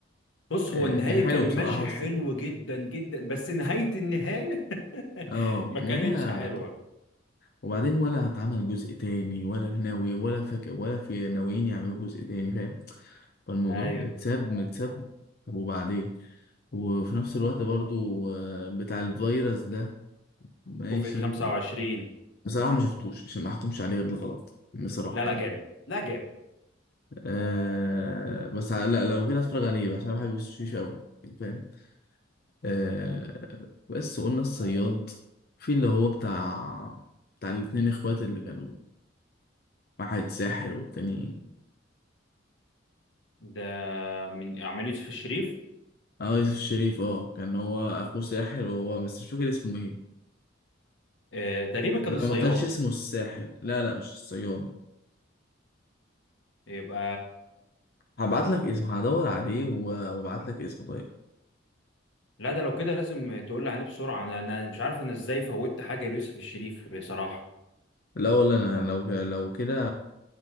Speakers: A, on the left; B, on the left.
A: بص هو
B: آه
A: النهاية
B: كان حلو
A: كان
B: بصراحة
A: ماشي حلو
B: بس
A: جدا جدا بس نهاية النهاية <laughs>
B: اه
A: ما كانتش
B: النهاية
A: حلوة
B: وبعدين ولا اتعمل جزء تاني ولا في ناوي ولا فك ولا في ناويين يعملوا جزء تاني فاهم فالموضوع
A: ايوه
B: متساب متساب طب وبعدين وفي نفس الوقت برضو آه، بتاع الفيروس ده ماشي
A: كوفيد 25
B: بصراحة ما شفتوش عشان ما احكمش عليه غير الغلط بصراحة
A: لا لا
B: يعني
A: جامد لا جامد
B: آه بس ع- لا لو كده هتفرج عليه بقى عشان أنا بحب يوسف شيش قوي فاهم آه بس قلنا الصياد في اللي هو بتاع بتاع الاتنين اخوات اللي كانوا واحد ساحر والتاني
A: ده من عملية يوسف الشريف
B: اه يوسف شريف اه كان هو اخوه ساحر وهو بس مش فاكر اسمه ايه
A: آه تقريبا كان
B: لا
A: الصياد
B: ما كانش اسمه الساحر لا لا مش الصياد
A: يبقى
B: هبعت لك اسمه هدور عليه و- وابعت لك اسمه طيب
A: لا ده لو كده لازم تقول لي عليه بسرعة أنا أنا مش عارف أنا إزاي فوتت حاجة ليوسف الشريف بصراحة
B: لا والله انا لو لو كده